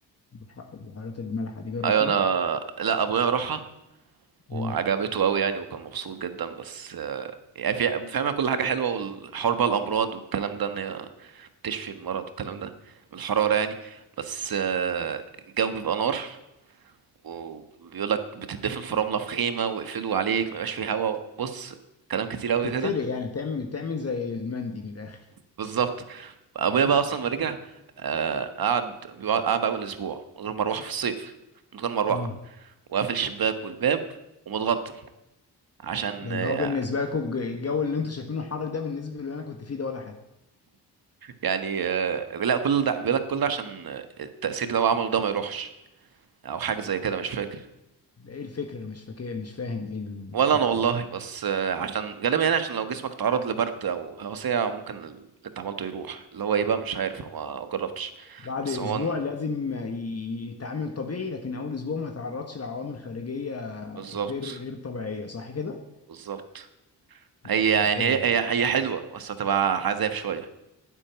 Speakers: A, on the left; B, on the right.
A: البح- البحيرات المالحة دي جربتها؟
B: ايوه انا لا ابويا راحها وعجبته
A: مم.
B: قوي يعني وكان مبسوط جدا بس آه، يعني في- فاهمه كل حاجه حلوه والحوار بقى الامراض والكلام ده ان هي تشفي المرض والكلام ده من الحراره يعني بس آه، الجو بيبقى نار وبيقولك بتدفن في رمله في خيمه ويقفلوا عليك ما يبقاش فيه هوا بص كلام كتير قوي
A: بتتسلق
B: كده
A: يعني بتعمل بتعمل زي المندي من الآخر
B: بالظبط ابويا بقى اصلا ما رجع آه، قعد بيقعد- قعد اول اسبوع من غير مروحه في الصيف من غير مروحه
A: امم
B: وقافل الشباك والباب ومتغطي عشان
A: ده
B: آه،
A: اللي هو بالنسبة لكم الج- الجو اللي انتوا شايفينه حر ده بالنسبة اللي انا كنت فيه ده ولا حاجة
B: يعني آه، لا كل ده بيقول لك كل ده عشان آه، التأثير لو عمله ده ما يروحش او حاجه
A: اه
B: زي كده مش فاكر
A: ده ايه الفكرة انا مش فاكر مش فاهم ايه الفكرة
B: ولا انا والله
A: دي
B: بس آه، عشان غالبا يعني عشان لو جسمك تعرض لبرد او هوسية ممكن اللي انت عملته يروح اللي هو ايه بقى مش عارف أنا ما جربتش
A: بعد
B: بس
A: اسبوع
B: هو
A: لازم ي- يتعامل طبيعي لكن اول اسبوع ما يتعرضش لعوامل خارجية
B: بالظبط
A: غير غير طبيعية صح كده
B: بالظبط هي
A: اه
B: يعني
A: دي حلوة
B: هي هي
A: دي.
B: هي حلوة بس هتبقى عذاب شوية